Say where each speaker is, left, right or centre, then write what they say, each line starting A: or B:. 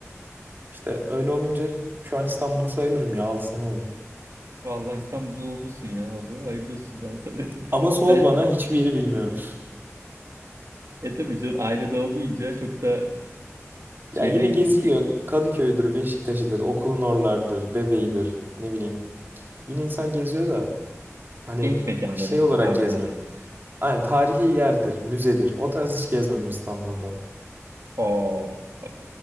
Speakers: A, on the right; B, on the right.
A: İşte öyle olunca şu an İstanbul sayılırım ya 6 sene oldu.
B: Vallahi İstanbul'da olmuşsun ya abi. Hayırlı olsun ben sana. <laughs>
A: Ama sor
B: Ben,
A: bana
B: ben-
A: hiçbir yeri bilmiyorum.
B: e tabii canım ailede olmayınca çok da
A: Ya
B: çevreyi
A: yine geziliyor.
B: ge- ge-
A: Kadıköy'dür, Beşiktaş'ıdır, okulun oralardır, Bebeği'dir, ne bileyim. Yine insan geziyor da hani
B: genç mekanları
A: şey olarak
B: abi
A: gezmiyorum.
B: daha çok.
A: Aynen tarihi yerdir, müzedir. O tarz hiç gezmedim İstanbul'da.
B: Oo bak